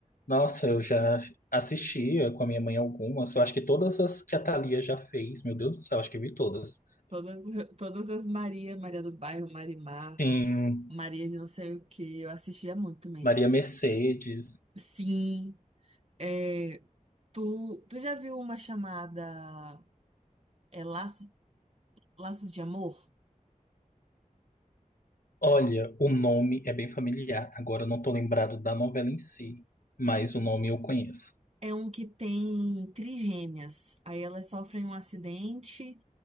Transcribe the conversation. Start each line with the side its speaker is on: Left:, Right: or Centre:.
Left: Nossa, eu já assistia com a minha mãe algumas. Eu acho que todas as que a Thalia já fez, meu Deus do céu, acho que eu vi todas.
Right: Todas, todas as Maria, Maria do Bairro, Marimar.
Left: Sim,
Right: Maria de não sei o que, eu assistia muito também.
Left: Maria Mercedes.
Right: Sim, é, tu, tu já viu uma chamada é, Laços, Laços de Amor?
Left: Olha, o nome é bem familiar. Agora eu não tô lembrado da novela em si, mas o nome eu conheço.
Right: É um que tem trigêmeas. Aí elas sofrem um acidente,